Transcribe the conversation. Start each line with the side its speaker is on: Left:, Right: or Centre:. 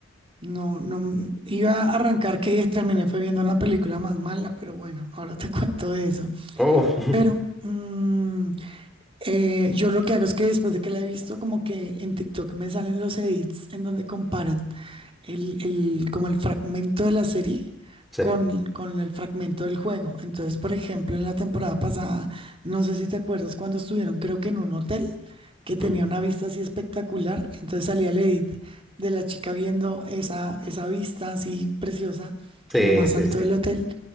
Right: no, no m- iba a arrancar que <laughs> terminé fue viendo una película más mala, pero bueno, ahora te <laughs> cuento de eso.
Centre: Oh, <laughs>
Right: Pero mm, eh, yo lo que hago es que después de que la he visto, como que en TikTok me salen los edits en donde comparan el, el- como el fragmento de la serie
Centre: sí.
Right: con, con el fragmento del juego. Entonces, por ejemplo, en la temporada pasada, no sé si te acuerdas cuando estuvieron, creo que en un hotel que tenía
Centre: mm,
Right: una vista así espectacular. Entonces salía el edit de la chica viendo esa, esa vista así preciosa
Centre: Sí,
Right: en lo más
Centre: sí,
Right: alto
Centre: sí.
Right: del hotel